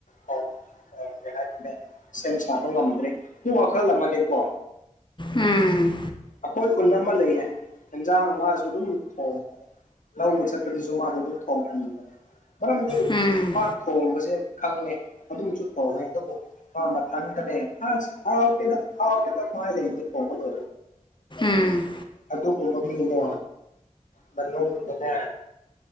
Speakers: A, on the left; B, on the left.
A: ꯍꯥꯎꯏ ꯍꯥꯏꯗꯨꯅꯦ ꯁꯦꯝ ꯁꯥꯕ ꯉꯝꯗ꯭ꯔꯦ ꯑꯗꯨ ꯋꯥꯈꯜ ꯑꯃꯅꯦꯀꯣ꯫
B: ꯎꯝ꯫
A: ꯑꯩꯈꯣꯏ ꯈꯨꯟꯗ ꯑꯃ ꯂꯩꯌꯦ ꯌꯦꯟꯖꯥꯡ ꯃꯥꯁꯨ ꯑꯗꯨꯝ ꯊꯣꯡꯉꯦ꯫ ꯂꯧꯕ ꯆꯠꯄꯗꯨꯁꯨ ꯃꯥꯗꯣ ꯑꯗꯨꯝ ꯊꯣꯡꯍꯟꯕꯅꯤꯅꯦ ꯃꯔꯝꯗꯤ꯫
B: ꯎꯝ
A: ꯃꯥ ꯊꯣꯡꯕꯁꯦ ꯈꯪꯉꯦ ꯑꯗꯨꯝꯁꯨ ꯊꯣꯡꯉꯦ ꯑꯗꯨꯕꯨ꯫ ꯃꯥ ꯃꯊꯟꯗꯅꯦ ꯑꯁ ꯍꯥꯎꯇꯦꯗ ꯍꯥꯏ ꯂꯩꯕ ꯃꯥꯗꯣ꯫
B: ꯎꯝ꯫
A: ꯑꯗꯨꯒꯨꯝꯕ ꯃꯤꯗꯣ ꯃꯅꯨꯡꯗꯅꯦ꯫